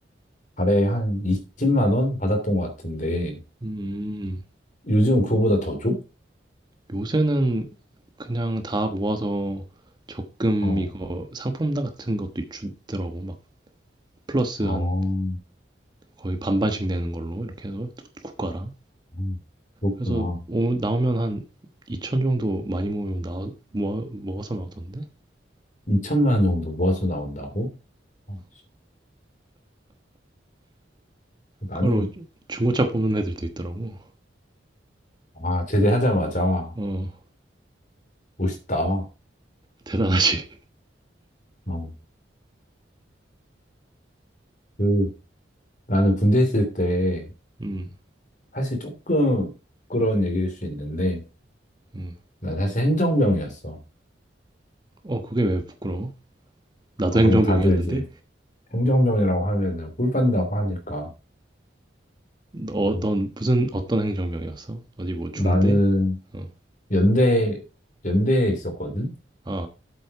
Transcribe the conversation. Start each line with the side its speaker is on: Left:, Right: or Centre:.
Left: 달에 한 20만 원 받았던 것 같은데,
Right: 음,
Left: 요즘 그거보다 더 줘?
Right: 요새는 그냥 다 모아서 적금
Left: 어,
Right: 이거 상품 같은 것도 주더라고. 막 플러스
Left: 어,
Right: 한 거의 반반씩 내는 걸로 이렇게 해서 국- 가랑
Left: 음, 그렇구나.
Right: 그래서 오- 나오면 한 2천 정도 많이 모으면 나 모아, 모아서 나오던데
Left: 2천만 원 정도 모아서 나온다고? 어, 나는,
Right: 그걸로 중고차 뽑는 애들도 있더라고
Left: 아, 제대하자마자,
Right: 어
Left: 멋있다. 어,
Right: 대단하지
Left: 어, 그, 나는 군대 있을 때,
Right: <laughs> 음,
Left: 사실 조금 부끄러운 얘기일 수 있는데,
Right: 음.
Left: 난 사실 행정병이었어.
Right: 어 그게 왜 부끄러워 나도
Left: 어,
Right: 행정병이었는데
Left: 근데 다들 이제 행정병이라고 하면은 꿀 빤다고 하니까.
Right: 어
Left: 그,
Right: 넌 무슨 어떤 행정병이었어 어디 뭐 중대
Left: 나는
Right: 어.
Left: 연대, 연대에 있었거든?
Right: 아